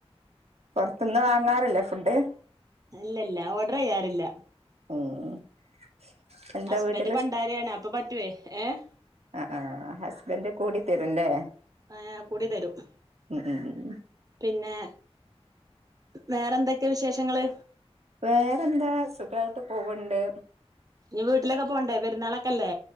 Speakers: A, on the right; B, on the right.
A: പൊർത്ത്ന്ന് വാങ്ങാറില്ലേ ഫുഡ്
B: ഇല്ല ഇല്ല ഓർഡറയ്യാറില്ല
A: ഉം എന്താ
B: ഹസ്ബൻഡ്
A: വീട്ടില്
B: പണ്ടാരിയാണ് അപ്പൊ പറ്റൊയ് ഏഹ്
A: അഹ് ആഹ് ഹസ്ബൻഡ് കൂടിത്തരും ല്ലേ
B: ഏഹ് കൂടി തരും
A: ഉം ഉം
B: പിന്നെ വേറെന്തെക്കെ വിശേഷങ്ങള്
A: വേറെന്താ സുഖായിട്ട് പോവ്ണ്ട്
B: ഇനി വീട്ടിലൊക്കെ പോണ്ടേ പെരുന്നാളൊക്കെ അല്ലേ